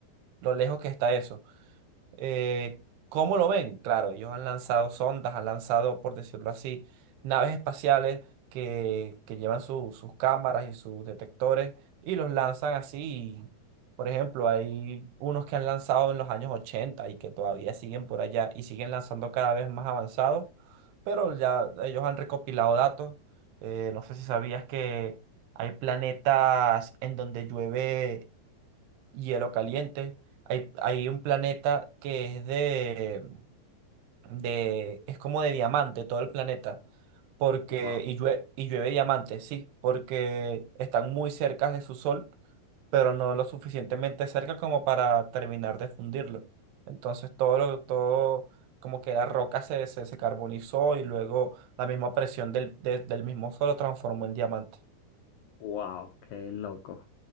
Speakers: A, on the right; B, on the left.
A: lo lejos que está eso. Eh, ¿cómo lo ven? Claro, ellos han lanzado sondas, han lanzado, por decirlo así, naves espaciales que, que llevan su- sus cámaras y sus detectores y los lanzan así. y, por ejemplo, hay unos que han lanzado en los años 80 y que todavía siguen por allá y siguen lanzando cada vez más avanzados, pero ya ellos han recopilado datos. Eh, no sé si sabías que hay planetas en donde llueve hielo caliente. Hay, hay un planeta que es de, de, es como de diamante todo el planeta, porque,
B: Wow,
A: y llueve, y llueve diamante, sí, porque están muy cerca de su sol, pero no lo suficientemente cerca como para terminar de fundirlo. Entonces todo lo, todo, como que la roca se, se, se carbonizó y luego la misma presión del, de- del mismo sol lo transformó en diamante.
B: wow, qué loco.